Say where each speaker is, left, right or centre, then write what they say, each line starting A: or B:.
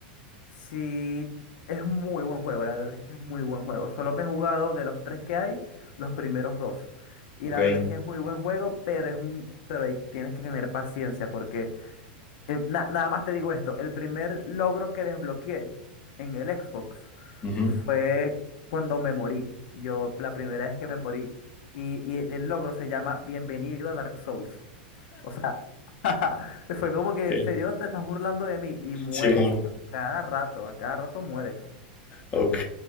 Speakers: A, on the left; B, on the left.
A: sí es un muy buen juego, la verdad es que es muy buen juego. Solo me he jugado de los tres que hay, los primeros dos. Y
B: Ok.
A: la verdad es que es muy buen juego, pero es un, pero ahí tienes que tener paciencia porque eh, na- nada más te digo esto, el primer logro que desbloqueé en el Xbox
B: Ujú.
A: fue cuando me morí. Yo, la primera vez que me morí. Y, y el logro se llama Bienvenido a Dark Souls. O sea, <laughs> fue como que
B: Ok.
A: en serio te estás burlando de mí y mueres
B: Simón.
A: a cada rato, a cada rato mueres.
B: Ok,